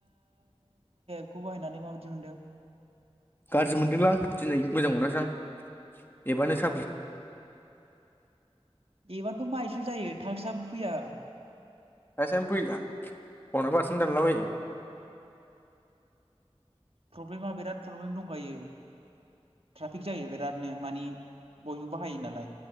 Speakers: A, on the right; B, on the left.
A: बेखौ बाहायनानै माबायदि मोनदों?
B: गाज्रि मोनदोंलांं दिनै मोजां मोनासै आं एबानो <inaudible>
A: एबथ' माइसो जायो थांसाबो फैया
B: थासानो फैला पनाबो हारसिं नो दानला बायो।
A: प्रब्लेमा बिराद प्रब्लेम दंखायो ट्राफिक जायो बिरादनो मानि बयबो बाहायो नालाय